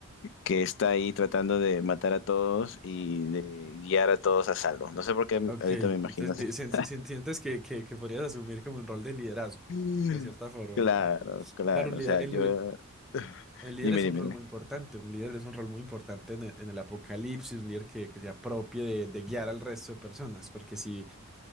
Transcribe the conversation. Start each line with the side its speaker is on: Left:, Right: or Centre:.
Left: que está ahí tratando de matar a todos y de guiar a todos a salvo. No sé por qué
Centre: Ok.
Left: ahorita
Centre: Entonces,
Left: me imagino así.
Centre: ti- sen-
Left: <laughs>
Centre: sen- sientes que, que, que podrías asumir como un rol de liderazgo,
Left: Mm.
Centre: de cierta forma.
Left: Claro,
Centre: ok.
Left: claro.
Centre: Claro, un líder,
Left: O sea,
Centre: el,
Left: yo.
Centre: li- el líder
Left: Dime,
Centre: es
Left: dime,
Centre: un rol muy importante. Un líder es un rol muy importante en el, en el apocalipsis, un líder que, que se apropie de, de guiar al resto de personas. Porque si